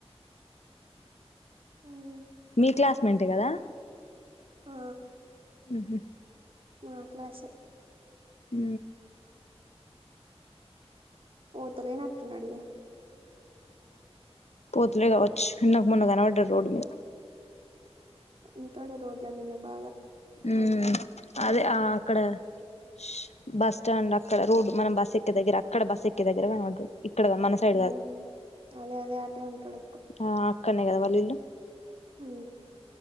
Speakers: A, on the right; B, on the left.
A: ఉమ్
B: మీ క్లాస్మెంటె కదా
A: ఆ
B: ఉహు
A: మా క్లాసే
B: ఉ
A: పోతలేనట్టు ఉన్నాడు ఇగ
B: పోతులే కావచ్చు నాకు మొన్న కనపడ్డాడు రోడ్డు మీద.
A: వుంటాడు రోడ్ల మీందే బాగా
B: ఉ
A: అన్న
B: అదే ఆ అక్కడ స్ బస్ స్టాండ్ అక్కడ రోడ్ మనం బస్ ఎక్కే దగ్గర అక్కడ బస్ ఎక్కే దగ్గర కనపడ్డాడు. ఇక్కడగా మన సైడ్
A: ఉమ్
B: కాదు
A: అదే అదే అటే ఉంటాడు
B: ఆ అక్కడనే కదా వాళ్ళ ఇల్లు.
A: ఉ